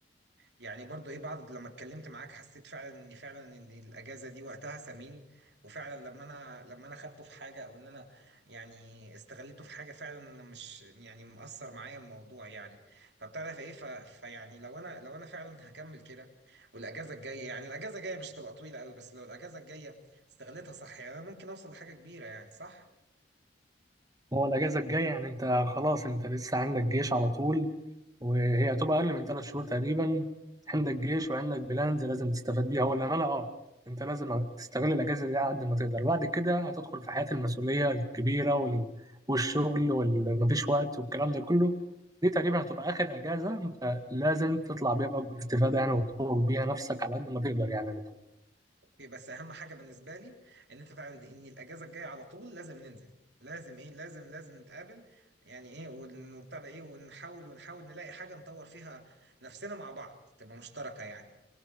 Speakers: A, on the right; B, on the right.
A: يعني برضو ايه بعض لما اتكلمت معاك حسيت فعلا ان فعلا ان الاجازه دي وقتها ثمين وفعلا لما انا لما انا خدته في حاجه او ان انا يعني استغليته في حاجه فعلا انا مش يعني مأثر معايا الموضوع يعني فبتعرف ايه ف... فيعني لو انا لو انا فعلا هكمل كده والاجازه الجايه يعني الاجازه الجايه مش هتبقى طويله قوي بس لو الاجازه الجايه استغلتها صح يعني انا ممكن اوصل لحاجه كبيره يعني صح
B: هو الأجازة الجاية يعني أنت خلاص أنت لسه عندك جيش على طول وهي هتبقى أقل من ثلاث شهور تقريبا عندك جيش وعندك بلانز لازم تستفاد بيها ولا أنا أه أنت لازم تستغل الأجازة دي على قد ما تقدر وبعد كده هتدخل في حياة المسؤولية الكبيرة وال... والشغل ومفيش وقت والكلام ده كله دي تقريبا هتبقى آخر أجازة أنت لازم تطلع بيها بأكبر استفادة يعني وتطور بيها نفسك على قد ما تقدر يعني
A: اوكي بس اهم حاجه بالنسبه لي ان انت تعرف ان الاجازه الجايه على طول لازم ننزل لازم ايه لازم لازم نتقابل يعني ايه ون- وبتاع ايه ونحاول ونحاول نلاقي حاجه نطور فيها نفسنا مع بعض تبقى مشتركه يعني